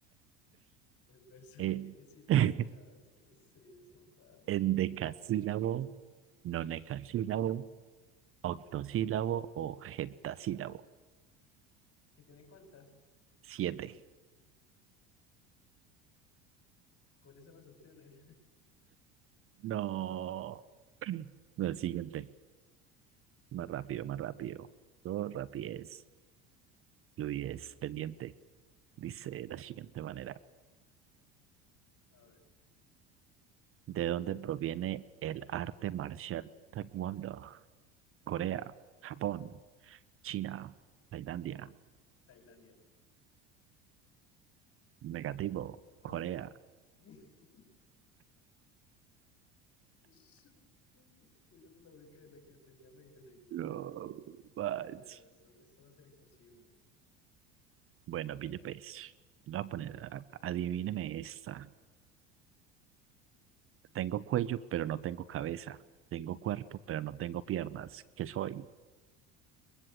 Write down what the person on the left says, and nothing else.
el verso
que tiene siete
sílabas, ¿qué es eso, paz?
¿Que tiene cuántas?
¿Cuáles son las opciones? <laughs>
A ver,
Tailandia.
¿Cómo?
<laughs> Esa era la única de la que tenía media seguridad.
güey.
No, ya, eso, eso va a ser imposible.
A
ver,